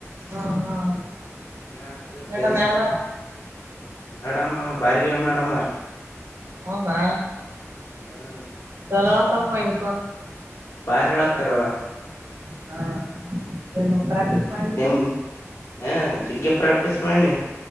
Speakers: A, on the right; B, on the left.
A: ಹಾ ಹಾ
B: ಮ್ಯಾಥಸ್
A: ಮೇಡಮ್
B: ಫಿಜಿಕ್ಸ್
A: ಯಾರಾರು
B: ಮೇಡಮ್ ಭಾರ್ಗವಿ ಗೇ ಮಡಮ ಹಾರ
A: ಹೌದಾ
B: ಹ್ಮ್
A: ಚಲೋ ತರಾಯಯ
B: ಬಾರಿ ಹೇಳತಾರವಾ
A: ಹಾ ಏ ಮತ್ ಪ್ರಾಕ್ಟೀಸ್
B: ನಿಮ
A: ಮಾಡಿದೇನು
B: ನಿಮ ಹ ಜಗ್ಗೆ ಪ್ರಾಕ್ಟೀಸ್ ಮಾಡನಿ